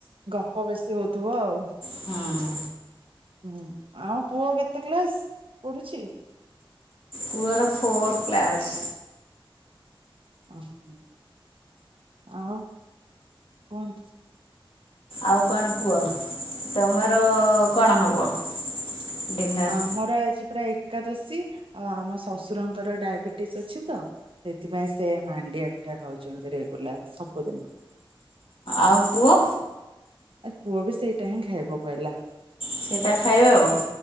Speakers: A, on the right (about 75°); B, on the left (about 75°).
A: ଗପ ବେଶୀ ହଉଥିବ ଆଉ।
B: ହୁଁ
A: ହୁଁ, ଆଉ ପୁଅ କେତେ କ୍ଲାସ ପଢୁଛି?
B: ପୁଅର ଫୋର୍ଥ କ୍ଲାସ୍।
A: ଓହୋ ଆଉ କୁହନ୍ତୁ?
B: ଆଉ କଣ କୁହ ତମର କଣ ହେବ? ଡିନର୍
A: ଆମର ଆଜି, ପୁରା ଏକାଦଶୀ, ଆଉ ଆମ ଶଶୁରଙ୍କର ଡାଇବେଟିସ ଅଛି ତ ଏଥିପାଇଁ ସେ ମାଣ୍ଡିଆ ପିଠା ଖାଉଛନ୍ତି ରେଗୁଲାର ସବୁଦିନ।
B: ଆଉ ପୁଅ?
A: ଆ ପୁଅ ବି ସେଇଟା ହିଁ ଖାଇବ କହିଲା।
B: ସେଇଟା ଖାଇବେ ଆଉ।